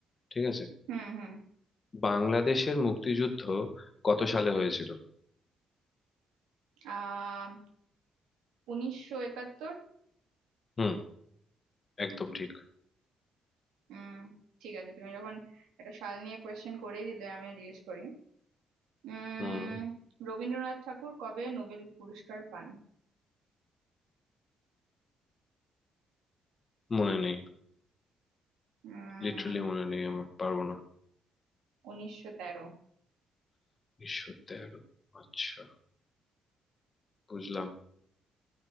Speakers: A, on the left (about 35°); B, on the right (about 85°).
A: ঠিক আছে
B: হুম হুম
A: বাংলাদেশের মুক্তিযুদ্ধ কত সালে হয়েছিল
B: আহ উনিশশো একাত্তর
A: হুম একদম ঠিক
B: উম ঠিক আছে তুমি যখন একটা সাল নিয়ে কোয়েশ্চেন করেই দিলে আমিও জিজ্ঞেস করি উম
A: হুম
B: রবীন্দ্রনাথ ঠাকুর কবে নোবেল পুরস্কার পান
A: মনে নেই
B: উম
A: লিটারালি মনে নেই আমার পারবো না
B: উনিশশো তেরো
A: ঈশ্বর তেরো আচ্ছা বুঝলাম